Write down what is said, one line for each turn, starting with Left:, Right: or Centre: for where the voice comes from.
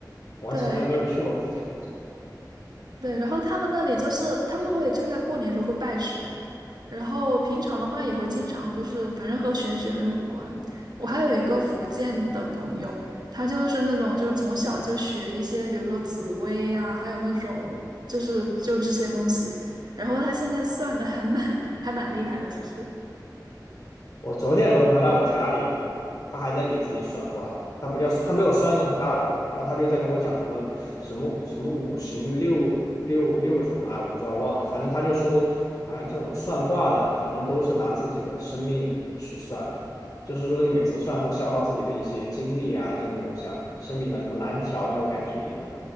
Left: 我还从来没有去过福建啊，
Right: 对，
Left: 好像
Right: 对，然后他们那里就是他们会就在过年的时候会拜神，然后平常的话也会经常就是反正和玄学很有关。我还有一个福建的朋友，他就是那种就是从小就学一些，比如说紫薇啊，还有那种就是就这些东西，然后他现在算的还蛮 <laughs> 还蛮厉害的，其实。
Left: 我昨天有个朋友来我家里，他还在给自己算卦，他不叫他没有算那种很大的卦，然后他就在跟我讲什么什么什么五行六六六什么，哎，我不知道忘了，反正他就说好像这种算卦的，反正都是拿自己的生命去算，就是说你每次算会消耗自己的一些精力啊，还是那种像生命的什么蓝条那种感觉一样，